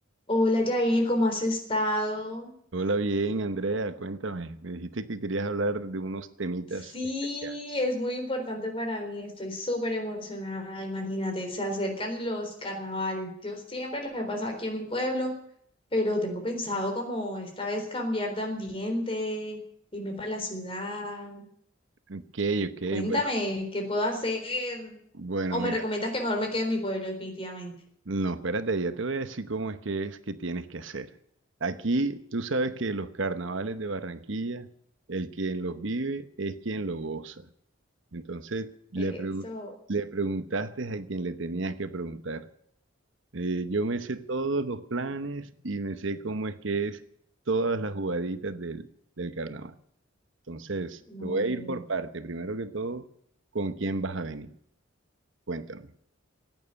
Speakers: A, on the left; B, on the right.
A: Hola Yair, ¿cómo has estado?
B: Hola, bien, Andrea, cuéntame. Me dijiste que querías hablar de unos temitas
A: Sí,
B: especiales.
A: es muy importante para mí, estoy súper emocionada, imagínate, se acercan los carnavales. Yo siempre los he pasado aquí en mi pueblo, pero tengo pensado como esta vez cambiar de ambiente, irme para la ciudad.
B: Ok, ok,
A: Cuéntame,
B: bueno,
A: ¿qué puedo hacer?
B: bueno,
A: ¿O
B: mira.
A: me recomiendas que mejor me quede en mi pueblo definitivamente?
B: No, espérate, ya te voy a decir cómo es que es que tienes que hacer. Aquí tú sabes que los carnavales de Barranquilla, el quien los vive es quien los goza. Entonces, le,
A: Eso,
B: pregu- le preguntaste a quien le tenías que preguntar. Eh, yo me sé todos los planes y me sé cómo es que es todas las jugaditas del, del carnaval. Entonces,
A: no
B: te voy a ir
A: sé.
B: por parte. Primero que todo, ¿con quién vas a venir? Cuéntame.